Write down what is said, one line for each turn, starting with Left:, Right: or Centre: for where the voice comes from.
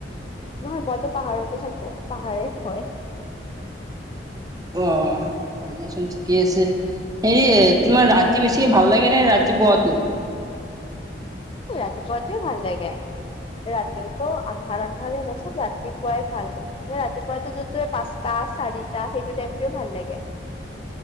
Left: নহয় মইতো পাহাৰতে থাকো, পাহাৰে হয়।
Right: অ'। হয়, দিয়া চোন ঠিকে আছে, হেৰি তোমাৰ ৰাতি বেছিকে ভাল লাগে নে ৰাতিপুৱাতটো?
Left: ৰাতিপুৱাটোৱে ভাল লাগে, ৰাতিতো আন্ধাৰ আন্ধাৰে ন' চ' ৰাতিপুৱাই ভাল। মানে ৰাতিপুৱাটো যোনটো পাঁচটা চাৰিটা সেইটো টাইমটোৱে ভাল লাগে।